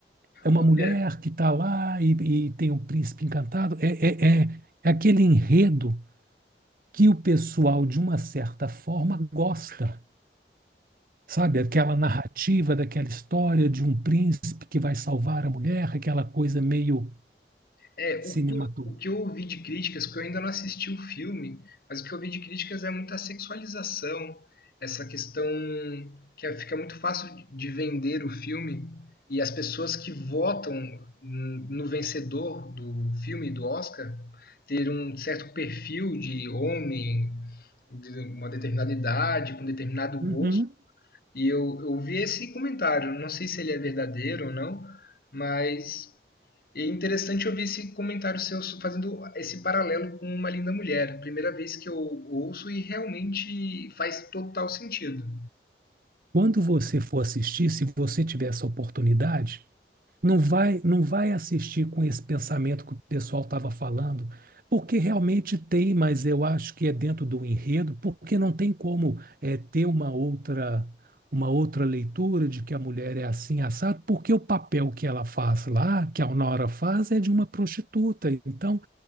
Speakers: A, on the right; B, on the left.
A: É uma
B: Olha,
A: mulher que está lá e, e tem um príncipe encantado. É, é, é, é aquele enredo que o pessoal, de uma certa forma, gosta, sabe? Aquela narrativa daquela história de um príncipe que vai salvar a mulher, aquela coisa meio
B: é,
A: cinematográfica.
B: o que, o que eu ouvi de críticas, porque eu ainda não assisti o filme, mas o que eu ouvi de críticas é muita sexualização, essa questão que é- fica muito fácil de- de vender o filme e as pessoas que votam hum, no vencedor do filme, do Oscar, ter um certo perfil de homem, de uma determinada idade, com determinado gosto.
A: Uhum.
B: E eu, eu vi esse comentário, não sei se ele é verdadeiro ou não, mas E é interessante ouvir esse comentário seu fazendo esse paralelo com Uma Linda Mulher. Primeira vez que eu ouço e realmente faz total sentido.
A: Quando você for assistir, se você tiver essa oportunidade, Não vai, não vai assistir com esse pensamento que o pessoal estava falando, porque realmente tem, mas eu acho que é dentro do enredo, porque não tem como eh, ter uma outra uma outra leitura de que a mulher é assim assado, porque o papel que ela faz lá, que a Nora faz, é de uma prostituta. Então,